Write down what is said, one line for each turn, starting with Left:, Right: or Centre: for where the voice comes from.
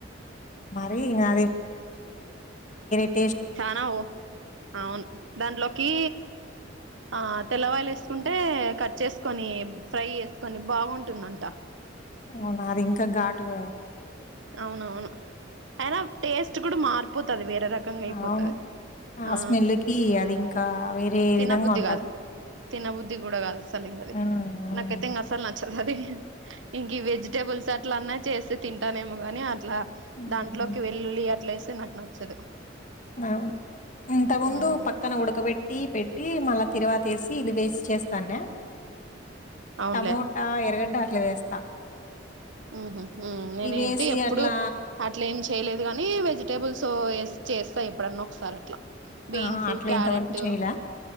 Left: అవి <unintelligible> వేరె.
Right: చనా ఓ అవును దాంట్లోకి. ఆ తెల్లవాయలు వేసుకుంటే కట్ చేసుకొని ఫ్రై, చేసుకొని బాగుంటుందంట.
Left: అవునా అదింకా ఘాటుగదా.
Right: అవునవును అయినా టేస్ట్ కూడా మారిపోతది వే. రకంగా అయిపోతది
Left: అవును
Right: ఆ
Left: స్మెల్ కి అది ఇంకా వేరే
Right: తినబుద్ధి
Left: విధంగా ఉంటది
Right: గాదు. తిన బుద్ధి కూడా కాదు అస్సలింగది
Left: ఉమ్
Right: నాకైతే ఇంగ అసల్ న. అది ఇంకి వెజిటేబుల్స్ అట్ల అన్నా చేస్తే తింటానేమో కాని అ. ట్లా
Left: ఉమ్
Right: దాంట్లోకి వెల్లులి అట్లా వేస్తే నాకు నచ్చదు.
Left: అవును ఇంత ముందు
Right: ఉమ్
Left: పక్కన ఉడకబె. టీ పెట్టి మళ్ళా తిరువాత వేసి ఇల్లు వేస్ చేస్తానే
Right: అవునులే
Left: టమోటా ఎరగడ్డ అట్ల వేస్తా
Right: ఉహు మ్ నేనయితే
Left: ఇవేసి
Right: ఎప్పుడు
Left: అట్లా
Right: అట్ల ఏం. చేయలేదు గానీ వెజిటేబుల్స్ ఎస్ చేస్తా, ఎప్పుడన్నా ఒకసారి అట్లా. బీన్సు,
Left: ఆ! అట్లా
Right: క్యారెట్టు
Left: ఇంతవరకు చేయలా.